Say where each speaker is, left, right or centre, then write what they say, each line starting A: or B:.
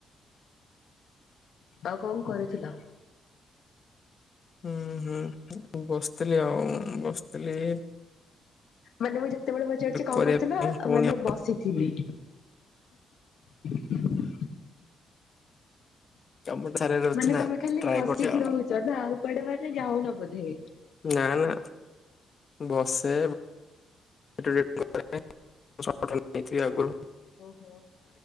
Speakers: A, on the left; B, on the left.
A: ଆଉ କଣ କରୁଥିଲ?
B: ହୁଁ ହୁଁ ବସିଥିଲି ଆଉ ବସିଥିଲି।
A: ମାନେ ମୁଁ ଯେତେବେଳେ ପଚାରୁଚି କଣ
B: କରିବା
A: କରୁଥିଲ
B: ପାଇଁ ହଉନି
A: ମାନେ
B: ଆଉ
A: ବସିଥିଲି। <unintelligible>
B: କାମ ଧାରାରେ ଅଛି
A: ମାନେ
B: ନା।
A: ତମେ ଖାଲି
B: ଟ୍ରାଏ
A: ବସିକି
B: କରୁଛି ଆଉ
A: ରୋହୁଚ ନା ଆଉ କୁଆଡେ ମାନେ ଯାଉନ ବୋଧେ?
B: ନା ନା ବସେ <unintelligible> କରେ। <unintelligible> ନେଇଥିଲି ଆଗୁରୁ।
A: ଓହୋ।